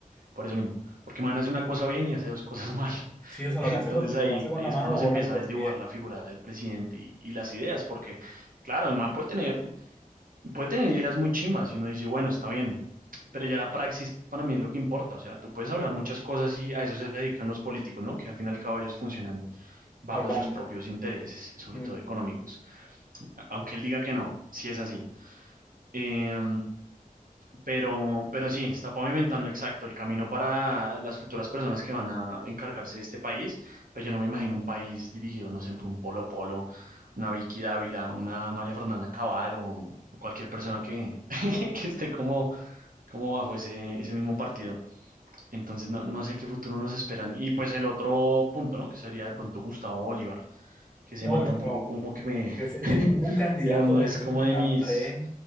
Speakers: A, on the right (about 70°); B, in the centre.
A: Por eso mismo. Porque man hace una cosa bien y hace dos cosas mal.
B: Sí,
A: <laughs>
B: o sea,
A: Entonces
B: lo que hace con,
A: ahí,
B: lo que hace con
A: ahí
B: la
A: es
B: mano
A: cuando
B: lo
A: se
B: borra
A: empieza
B: con
A: a
B: los
A: desdibujar
B: pies,
A: la figura del presidente y, y las ideas, porque claro, el man puede tener puede tener ideas muy chimbas y uno dice, bueno, está bien, pero ya la praxis para mí es lo que importa, o sea, tú puedes hablar muchas cosas y a eso se dedican los políticos, ¿no? Que al fin y al cabo ellos funcionan bajo
B: hablando.
A: sus propios intereses, sobre
B: Ujú.
A: todo económicos, aunque él diga que no, si es así. Eh, pero, pero sí, está pavimentando exacto el camino para las futuras personas que van a encargarse de este país. Pero yo no me imagino un país dirigido, no sé, por un Polo Polo, una Vicky Dávila, una María Fernanda Cabal o, o cualquier persona que, <laughs> que esté como, como bajo ese, ese mismo partido. Entonces, no, no sé qué futuro nos esperan. Y pues el otro punto, ¿no? Que sería de pronto Gustavo Bolívar que ese
B: No,
A: man
B: uy,
A: tampoco
B: no.
A: como que me,
B: Es, es
A: <laughs>
B: que ningún candidato
A: digamos, no
B: de
A: es
B: estos
A: como
B: que están
A: de mis,
B: pre